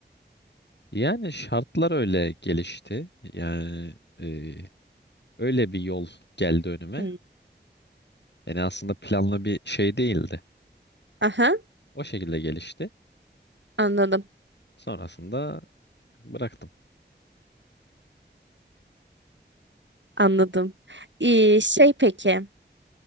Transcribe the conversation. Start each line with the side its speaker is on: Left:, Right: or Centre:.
Left: Yani şartlar öyle gelişti. Yani e, öyle bir yol geldi önüme.
Right: Hmm.
Left: Yani aslında planlı bir şey değildi.
Right: Aha,
Left: O şekilde gelişti.
Right: anladım.
Left: Sonrasında bıraktım.
Right: Anladım. Ee, şey peki.